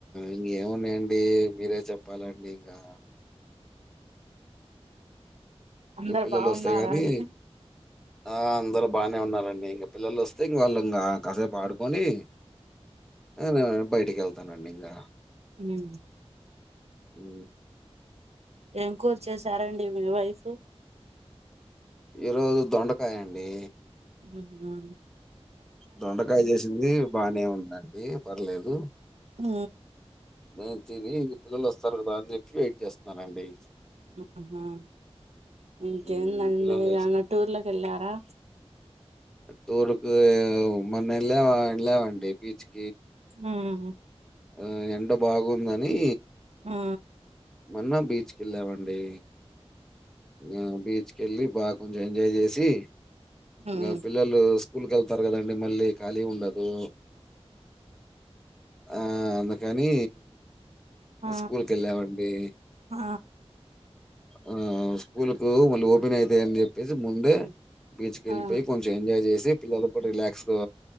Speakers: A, in the centre; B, on the right.
A: ఇంకేమున్నాయండి మీరే చెప్పాలండి ఇంకా
B: అందరు
A: మి పిల్లలు
B: బాగున్నారా
A: వస్తాయ అవి
B: అండి
A: ఆ అందరూ బాగానే ఉన్నారండి ఇంక పిల్లలు వస్తే ఇంగ వాళ్ళు ఇంకా కాసేపు ఆడుకొన్ని నేను బయటికి వెళ్తానండి ఇంకా
B: ఉ
A: ఉ
B: ఏం కూర చేసారండి మీ వైఫ్
A: ఈరోజు దొండకాయ అండి
B: ఆ
A: దొండకాయ చేసింది బానే ఉందండి పర్లేదు
B: ఊ
A: నేను తిని ఇంక పిల్లలు వస్తారు కదా అని చెప్పి వెయిట్ చేస్తున్నానండి
B: ఆహా ఎంకేందడి
A: హ్మ్. పిల్లలు
B: ఎమన్నా టూర్లకెళ్లారా
A: టూర్కి ఉ మొన్న ఎల్లా ఎల్లామండీ బీచ్కి
B: ఉహు
A: ఆ ఎండ బాగుందని
B: ఆ
A: మొన్న బీచ్ కి వెళ్ళామండి ఆ బీచ్ కెళ్లి బాగా కొంచెం ఎంజాయ్ చేసి
B: ఉమ్
A: ఇంకా పిల్లలు స్కూలుకి వెళ్తారు కదండి మళ్ళీ ఖాళీ ఉండదు. ఆ అందుకని
B: ఆ
A: స్కూల్ కేళ్ళామండి.
B: ఆ
A: ఆ స్కూల్ కు వాళ్లు ఓపెన్ అయితాయని చెప్పేసి ముందే బీచ్ కెళ్ళిపోయి
B: ఆ
A: కొంచెం ఎంజాయ్ చేసి పిల్లలు కూడా రిలాక్స్ గా